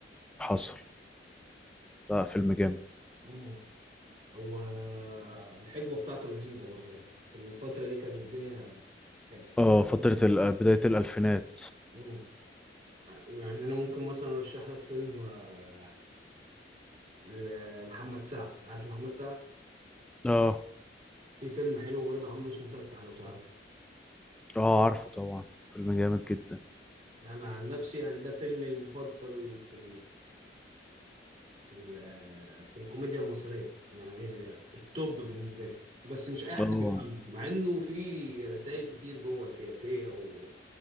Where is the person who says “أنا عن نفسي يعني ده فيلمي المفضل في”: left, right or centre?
Right